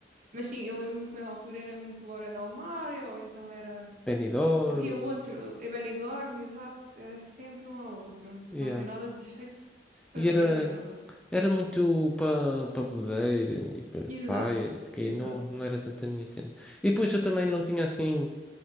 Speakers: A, on the right; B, in the centre.
A: Mas sim, eu lembro-me que na altura era muito Loura del Mar, ou então era.
B: Benidorm,
A: Havia outro, é Benidorm, exato, era sempre um ao outro, que
B: yeah.
A: não tem nada de jeito para
B: E
A: ver
B: era,
A: nem nada.
B: era muito para para bebedeira e para
A: Exato,
B: praia, não sei o quê.
A: exato.
B: Não, não era tanto a minha cena. E depois eu também não tinha assim...